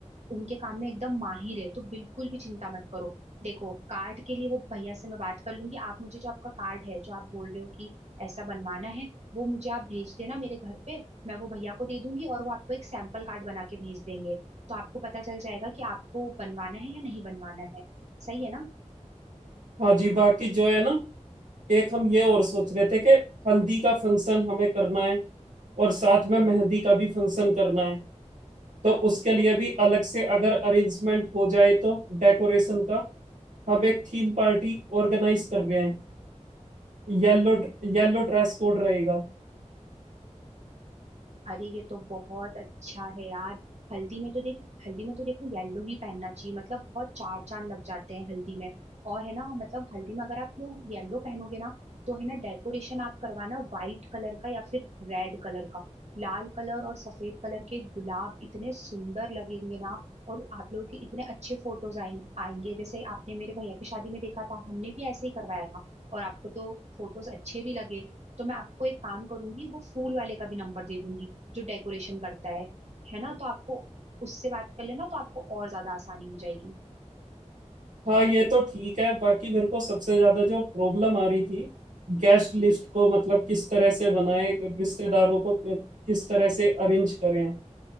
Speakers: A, on the right (about 60°); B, on the right (about 80°).
A: उनके काम में एकदम माहिर है तो बिल्कुल भी चिंता मत करो देखो कार्ड के लिए वो भैया से मैं बात कर लूंगी आप मुझे जो आपका कार्ड है जो आप बोल रहे हो कि ऐसा बनवाना है वो मुझे आप भेज देना मेरे घर पे मैं वो भैया को दे दूंगी और वो आपको एक सैंपल कार्ड बना के भेज देंगे तो आपको पता चल जाएगा कि आपको बनवाना है या नहीं बनवाना है सही है ना
B: हाँ जी बाकी जो है ना एक हम ये और सोच रहे थे कि हल्दी का फंक्शन हमें करना है और साथ में मेहंदी का भी फंक्शन करना है तो उसके लिए भी अलग से अगर अरेंजमेंट हो जाए तो डेकोरेशन का हम एक थीम पार्टी ऑर्गेनाइज कर रहे हैं येलो येलो ड्रेस कोड रहेगा
A: अरे ये तो बहुत अच्छा है यार हल्दी में तो देख हल्दी में तो देखो येलो ही पहनना चाहिए मतलब बहुत चार चांद लग जाते हैं हल्दी में और है ना मतलब हल्दी में अगर आप लोग येलो पहनोगे ना तो है ना डेकोरेशन आप करवाना व्हाइट कलर का या फिर रेड कलर का लाल कलर और सफेद कलर के गुलाब इतने सुंदर लगेंगे ना और आप लोगों के इतने अच्छे फोटोज आएं, आएंगे जैसे आपने मेरे भैया की शादी में देखा था हमने भी ऐसे ही करवाया था और आपको तो फोटोज अच्छे भी लगे तो मैं आपको एक काम करूंगी वो फूल वाले का भी नंबर दे दूंगी जो डेकोरेशन करता है है ना तो आपको उससे बात कर लेना तो आपको और ज्यादा आसानी हो जाएगी
B: हाँ ये तो ठीक है बाकी मेरे को सबसे ज्यादा जो प्रॉब्लम आ रही थी गेस्ट लिस्ट को मतलब किस तरह से बनाए रिश्तेदारों को किस तरह से अरेंज करें